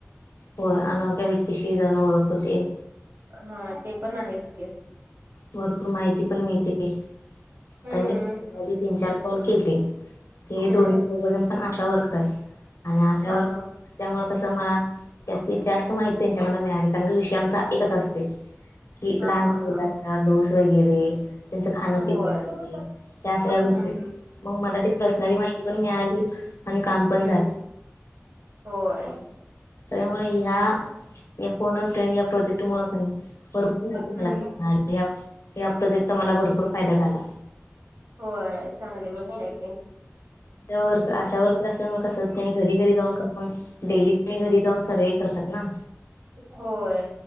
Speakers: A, on the left; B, on the right.
A: होय अनोळख्या व्यक्तीशी तर ओळख होते.
B: हां ते पण आहेच की
A: भरपूर माहिती पण मिळते. आता
B: हम्म
A: मी आधी तीन चार कॉल केलते, ते
B: हम्म
A: दोन्ही दोघ जण पण आशा वर्क राहील आणि आशा
B: हा
A: वर्क
B: हा
A: त्यामुळे कसं मला, जास्तीत जास्त माहिती त्यांच्याकडनं मिळाली कारण की विषय आमचा एकच असते, कि
B: हा
A: लहान
B: हा
A: मुलांचा
B: हा
A: डोस वगैरे त्यांचं खाणं पिणं
B: होय
A: वगैरे
B: हम्म
A: त्या सगळ्या गोष्टी
B: हम्म
A: मग मला ते पर्सनली
B: हम्म
A: माहिती पण मिळाली. आणि काम पण
B: हम्म
A: झालं
B: होय.
A: त्यामुळे ह्या या फोन फ ट्रेंड या प्रोजेक्ट मु भरपूर माहिती झाला
B: हम्म
A: मिळाली. ह ह प्रोजेक्टचा मला भरपूर फायदा झाला.
B: होय चांगली गोष्ट आहे की.
A: <unintelligible> अशा वर्क ते मग कस त्यांनी घरी घरी जाऊन <unintelligible> डेली घरी जाऊन सर्व्हे करतात ना.
B: होय.